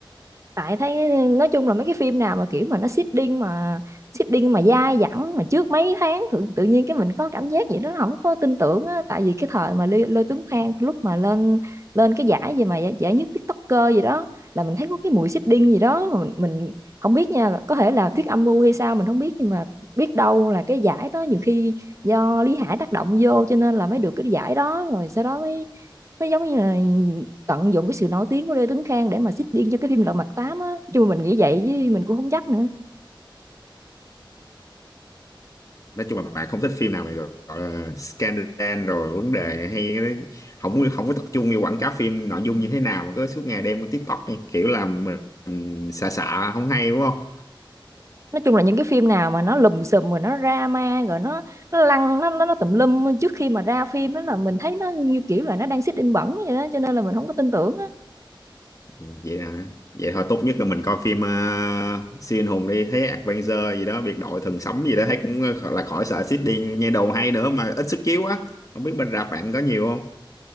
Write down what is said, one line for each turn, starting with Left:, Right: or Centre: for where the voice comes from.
Right: tại thấy nói chung là mấy cái phim nào mà kiểu mà nó seeding mà seeding mà dai dẳng mà trước mấy tháng tự, tự nhiên cái mình có cảm giác gì đó không có tin tưởng á tại vì cái thời mà Lê, Lê Tuấn Khang lúc mà lên lên cái giải gì mà giải, giải nhất TikToker gì đó là mình thấy có cái mùi seeding gì đó mà mình, mình không biết nha có thể là thuyết âm mưu hay sao mình không biết nhưng mà biết đâu là cái giải đó nhiều khi do Lý Hải tác động vô cho nên là mới được cái giải đó rồi sau đó mới nó giống như là tận dụng cái sự nổi tiếng của Lê Tuấn Khang để mà xích điên cho cái phim Lật Mặt Tám á chứ mình nghĩ vậy chứ mình cũng không chắc nữa
Left: nói chung là bạn không thích phim nào mày gọi gọi là scandal rồi vấn đề hay cái đấy. không có- không có tập trung vô quảng cáo phim nội dung như thế nào mà cứ suốt ngày đem lên TikTok này kiểu là mình xả xả không hay đúng không
Right: nói chung là những cái phim nào mà nó lùm xùm rồi nó drama rồi nó nó lăn nó nó, nó tùm lum trước khi mà ra phim á là mình thấy nó như kiểu là nó đang xích in bẩn vậy đó cho nên là mình không có tin tưởng á
Left: vậy là vậy thôi tốt nhất là mình coi phim uh, siêu anh hùng đi thấy Avenger gì đó biệt đội thần sấm gì đó thấy cũng gọi là khỏi sợ xít đi nghe đầu hay nữa mà ít sức chiếu á không biết bên rạp bạn có nhiều không